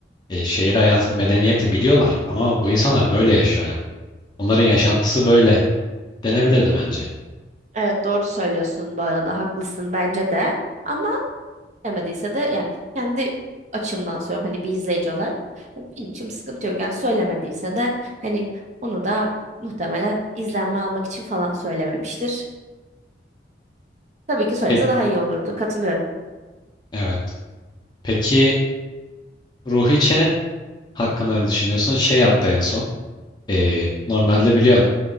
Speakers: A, on the left; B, on the right.
A: e, şehir hayatı, medeniyeti biliyorlar ama bu insanlar böyle yaşıyor. Yani onların yaşantısı böyle denebilirdi bence.
B: Evet doğru söylüyorsun bu arada haklısın bence de. Ama Demediyse de yani kendi açımdan söylüyorum hani bir izleyici olarak Ya benim için bir sıkıntı yok. Yani söylemediyse de hani onu da muhtemelen izlenme almak için falan söylememiştir. Tabii ki söylese
A: Peki,
B: daha iyi olurdu. Katılıyorum.
A: evet. Peki Ruhi Çenet hakkında ne düşünüyorsun? Şey yaptı en son. Ee, normalde biliyorsun